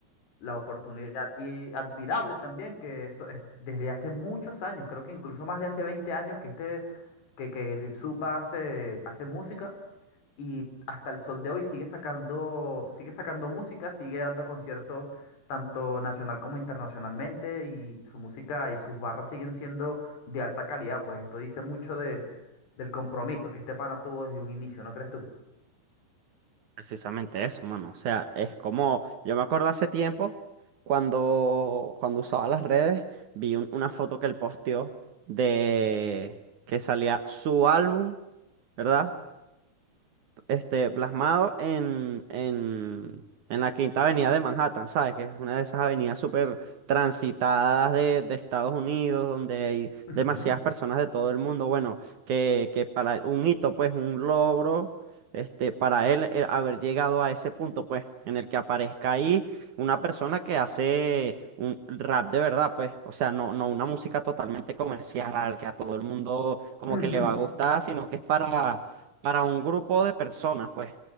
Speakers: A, on the left (about 80°); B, on the right (about 60°).
A: la oportunidad. Y admirable también que eso es desde hace muchos años, creo que incluso más de hace 20 años que este, que, que Lil Supa hace, hace música y hasta el sol de hoy sigue sacando, sigue sacando música, sigue dando conciertos tanto nacional como internacionalmente y su música y sus barras siguen siendo de alta calidad, pues esto dice mucho de, del compromiso que este pana tuvo desde un inicio, ¿no crees tú?
B: Precisamente eso, mano. O sea, es como, yo me acuerdo hace tiempo, cuando, cuando usaba las redes, vi un- una foto que él posteó de que salía su álbum, ¿verdad? este, plasmado en, en, en la Quinta Avenida de Manhattan, ¿sabes? Que es una de esas avenidas súper transitadas de, de Estados Unidos, donde hay
A: Ujú,
B: demasiadas personas de todo el mundo. Bueno, que, que para él un hito, pues un logro, este, para él eh, haber llegado a ese punto, pues, en el que aparezca ahí una persona que hace un rap de verdad, pues, o sea, no, no una música totalmente comercial que a todo el mundo como
A: ujú.
B: que le va a gustar, sino que es para para un grupo de personas, pues.